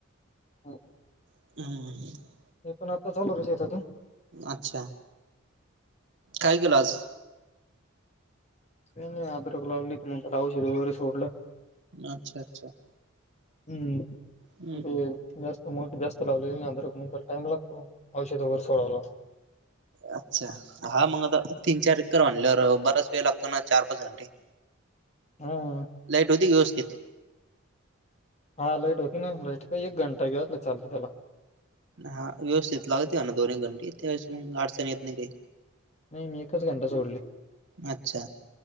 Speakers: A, on the left (about 35°); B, on the right (about 60°).
A: हो.
B: हम्म.
A: हे पण आता चालो होतो शेतातून
B: अच्छा! काय केलं आज?
A: नाही अद्रक लावली मग त्या औषध वगैरे सोडलं
B: अच्छा अच्छा.
A: हम्म
B: हम्म
A: मग ते मोठ जास्त लावलेली अद्रक टाइम लागतो औषध वगैर सोडयला.
B: अच्छा! हा मग आता तीन चार एकर म्हंटल्यावर बराच वेळ लागतो ना चार पाच घंटे.
A: हम्म
B: लाईट होती का व्यवस्थित
A: हा लाईट होती ना लाईट काही एक घंटा घेला चालत त्याला.
B: हा व्यवस्थित लागते ना दोन्ही घंटी त्या वेळेस मंग अडचण येत नाही काही.
A: नाही मी एकच घंटा सोडली.
B: अच्छा